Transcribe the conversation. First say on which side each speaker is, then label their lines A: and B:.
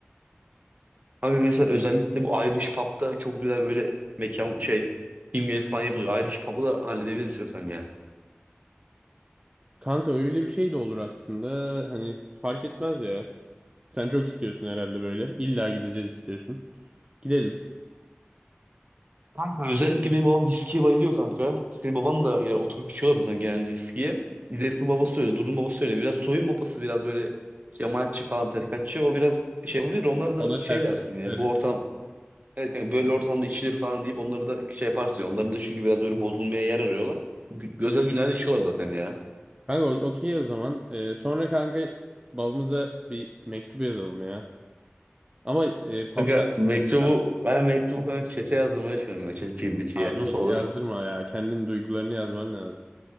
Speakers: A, on the right; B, on the right.
A: Kanka mesela özellikle bu Irish Pub'da çok güzel böyle mekan şey İngiliz falan yapılıyor. Irish Pub'u da halledebiliriz istiyorsan yani.
B: Kanka öyle bir şey de olur aslında. Hani fark etmez ya. Sen çok istiyorsun herhalde böyle. İlla gideceğiz istiyorsun. Gidelim.
A: Kanka özellikle benim babam viskiye bayılıyor kanka. Senin baban da yani oturup içiyorlar zaten genelde viskiye. İzeysun babası öyle, Durun babası öyle. Biraz soyun babası biraz böyle cemaatçi falan tarikatçı. O biraz şey yapabilir. Onlara
B: Ona
A: da şey
B: ters
A: dersin
B: bakışlar
A: ya bu
B: yap.
A: ortam evet kanka böyle ortamda içilir falan deyip onları da şey yaparsın. ya. Onların da çünkü biraz böyle bozulmaya yer arıyorlar. Gü- Özel günlerde içiyorlar zaten ya.
B: Kanka o- okey o zaman. Ee, sonra kanka babamıza bir mektup yazalım ya. Ama e, pub'dan
A: Kanka mektubu
B: yazmamız lazım.
A: ben mektubu kanka çete yazdım öyle söylüyorum ya çete GBT'ye.
B: abi
A: Nasıl
B: çete
A: olur?
B: yazdırma ya. Kendin duygularını yazman lazım.